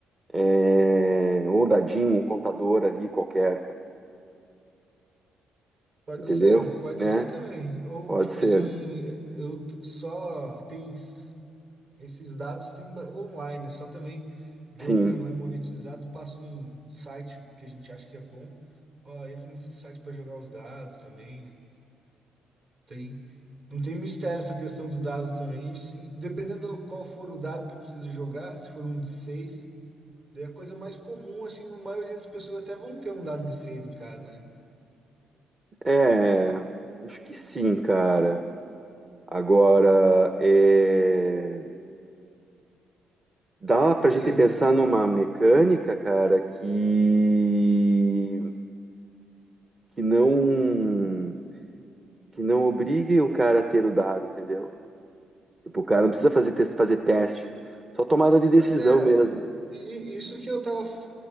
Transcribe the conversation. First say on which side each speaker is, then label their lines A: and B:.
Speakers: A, on the right (about 30°); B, on the right (about 50°).
A: é, ou um dadinho, um contador ali qualquer, cara.
B: Pode
A: Entendeu?
B: ser, pode
A: Né?
B: ser também. Ou
A: Pode
B: tipo
A: ser.
B: assim, eu t- só tem esses dados tem ba- online, é só também ver
A: Sim.
B: um que não é monetizado, passa um site que a gente acha que é bom. Ó, entra nesse site para jogar os dados também, né? Tem, não tem mistério essa questão dos dados também. E, se- dependendo do qual for o dado que precisa jogar, se for um de seis, daí é a coisa mais comum, assim, a maioria das pessoas até vão ter um dado de seis em casa, né?
A: É, acho que sim, cara. Agora, é... Dá
B: porque
A: pra gente pensar numa mecânica, cara, que que não que não obrigue o cara a ter o dado, entendeu? Tipo, o cara não precisa fazer teste, fazer teste, só tomada de decisão
B: Pois é,
A: mesmo.
B: e isso que eu tava